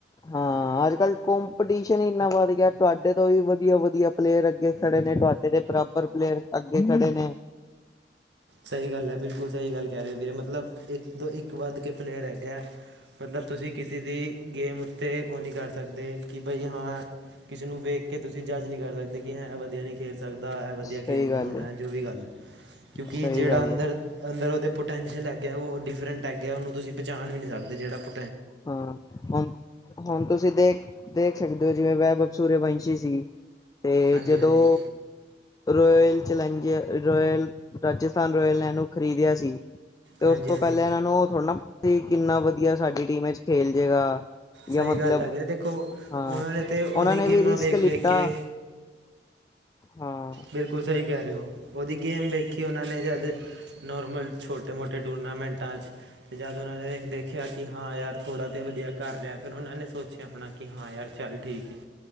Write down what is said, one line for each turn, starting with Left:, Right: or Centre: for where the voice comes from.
Left: ਹਾਂ ਅੱਜ ਕੱਲ ਕੰਪੀਟੀਸ਼ਨ ਇੰਨਾ ਵੱਧ ਗਿਆ ਤੁਹਾਡੇ ਤੋਂ ਵੀ ਵਧੀਆ-ਵਧੀਆ ਪਲੇਅਰ ਅੱਗੇ ਖੜੇ ਨੇ ਤੁਹਾਡੇ ਦੇ ਬਰਾਬਰ ਪਲੇਅਰ ਅੱਗੇ ਖੜੇ ਨੇ।
Right: ਸਹੀ ਗੱਲ ਹੈ ਬਿਲਕੁਲ ਸਹੀ ਗੱਲ ਕਹ ਰਹੇ ਹੋ ਵੀਰੇ ਮਤਲਬ ਇੱਕ ਤੋਂ ਇੱਕ ਵੱਧ ਕੇ ਪਲੇਅਰ ਹੈਗਾ। ਮਤਲਬ ਤੁਸੀਂ ਕਿਸੇ ਦੀ ਗੇਮ ਉੱਤੇ ਉਹ ਨਹੀਂ ਕਰ ਸਕਦੇ ਕਿ ਬਈ ਹਾਂ ਕਿਸੇ ਨੂੰ ਵੇਖ ਕੇ ਤੁਸੀਂ ਜੱਜ ਨਹੀਂ ਕਰ ਸਕਦੇ ਕਿ ਇਹਂ ਇਹ ਵਧੀਆ ਨਹੀਂ ਖੇਲ ਸਕਦਾ ਇਹ ਵਧੀਆ
Left: ਸਹੀ
Right: ਖੇਲਦਾ
Left: ਗੱਲ
Right: ਹੋਣਾ
Left: ਏ
Right: ਹੈ ਜੋ ਵੀ ਗੱਲ ਐ। ਕਿ
Left: ਸਹੀ
Right: ਜਿਹੜਾ
Left: ਗੱਲ
Right: ਅੰਦਰ
Left: ਏ
Right: ਅੰਦਰ ਉਹਦੇ ਪੋਟੈਂਸ਼ੀਅਲ ਹੈਗੇ ਉਹ ਡਿਫਰੈਂਟ ਹੈਗੇ ਹੈ ਉਹਨੂੰਸੀਂ ਬੁੰਚਾ ਵੀ ਨਹੀਂ ਸਕਦੇ ਜਿਹੜਾ ਪ
Left: ਹਾਂ ਹੁਣ ਹੁਣ ਤੁਸੀਂ ਦੇਖ ਦੇਖ ਸਕਦੇ ਹੋ ਜਿਵੇਂ ਵੈਭਵ ਸੁਰਵੰਸ਼ੀ ਸੀ ਤੇ
Right: ਹਾਂਜੀ
Left: ਜਦੋਂ
Right: ਹਾਂਜੀ
Left: Royal Challengers Royal Rajasthan Royal ਨੇੈ ਨੂੰ ਖ਼ਰੀਦਿਆ ਸੀ ਤੇ
Right: ਹਾਂਜੀ
Left: ਉਸ ਤੋਂ
Right: ਹਾਂਜੀ
Left: ਪਹਿਲਾਂ ਇਹਨਾਂ ਨੂੰ ਉਹ ਥੋੜ੍ਹਾ ਨਾ ਪਤਾ ਸੀ ਕਿੰਨਾ ਵਧੀਆ ਸਾਡੀ ਟੀਮ ਚ ਖੇਲ ਜੇਗਾ। ਯਾ
Right: ਸਹੀ
Left: ਮਤਲਬ,
Right: ਗੱਲ ਹੈ ਵੀਰੇ ਦੇਖੋ
Left: ਹਾਂ
Right: ਉਹਨਾਂ ਨੇ ਤੇ ਉਹਦੀ
Left: ਉਹਨਾਂ ਨੇ
Right: ਗੇਮਾਂ
Left: ਵੀ ਰਿਸਕ
Right: ਵੇਖ
Left: ਲਿੱਤਾ।
Right: ਵੇਖ ਕੇ
Left: ਹਾਂ।
Right: ਬਿਲਕੁਲ ਸਹੀ ਕਹਿ ਰਹੇ ਹੋ ਉਹਦੀ ਗੇਮ ਵੇਖੀ ਉਹਨਾਂ ਨੇ ਜਦ ਨੋਰਮਲ ਛੋਟੇ ਮੋਟੇ ਟੂਰਨਾਮੈਂਟਾਂ ਚ ਤੇ ਜਦ ਉਹਨਾਂ ਨੇ ਦੇਖਿਆ ਕਿ ਹਾਂ ਯਾਰ ਥੋੜ੍ਹਾ ਤੇ ਵਧੀਆ ਕਰ ਰਿਹਾ ਫਿਰ ਉਹਨਾਂ ਨੇ ਸੋਚਿਆ ਆਪਣਾ ਕਿ ਹਾਂ ਯਾਰ ਚੱਲ ਠੀਕ ਹੈ